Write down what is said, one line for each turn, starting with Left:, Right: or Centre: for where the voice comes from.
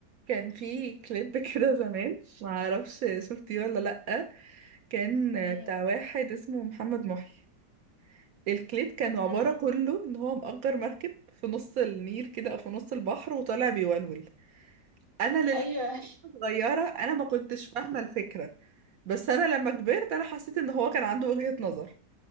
Right: كان في كليب <laughs> كده زمان ما اعرفش شفتيه ولا لأ كان
Left: مم.
Right: بتاع واحد اسمه محمد محي الكليب كان عبارة
Left: مم.
Right: كله ان هو مأجر مركب في نص النيل كده او في نص البحر وطالع بيولول انا للحقيقة
Left: ايوه
Right: صغيرة انا ما كنتش فاهمة الفكرة بس انا لما كبرت انا حسيت ان هو كان عنده وجهة نظر <laughs>